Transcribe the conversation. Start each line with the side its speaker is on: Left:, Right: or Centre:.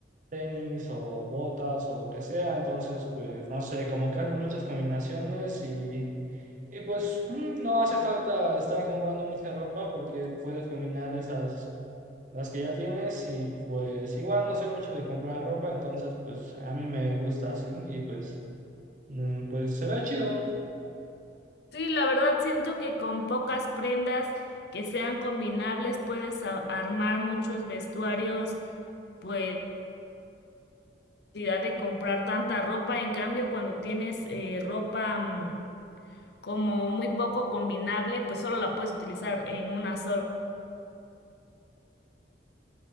Right: tenis o botas o lo que sea. Entonces, pues no sé, como que haces muchas combinaciones y, y pues mm, no hace falta estar comprando mucha ropa porque puedes combinar esas. las que ya tienes y pues igual no soy mucho de comprar ropa, entonces pues a mí me gusta así y pues mm, pues se ve chido.
Left: Sí, la verdad siento que con pocas prendas que sean combinables puedes a- armar muchos vestuarios, pues, sin necesidad de comprar tanta ropa. En cambio, cuando tienes eh, ropa mm, como muy poco combinable, pues solo la puedes utilizar en una sola.